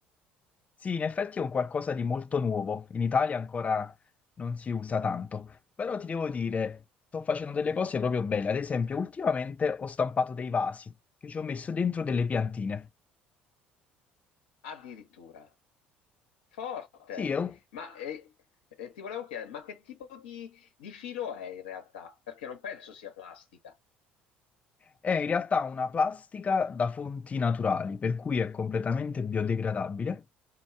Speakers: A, on the left; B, on the left.
A: Sì, in effetti è un qualcosa di molto nuovo. In Italia ancora non si usa tanto, però ti devo dire, sto facendo delle cose proprio belle. Ad esempio, ultimamente ho stampato dei vasi che ci ho messo dentro delle piantine.
B: Addirittura. Forte,
A: Sì, è un
B: ma eh, eh, ti volevo chiedere, ma che tipo di, di filo è in realtà? Perché non penso sia plastica.
A: È in realtà una plastica da fonti naturali, per cui è completamente biodegradabile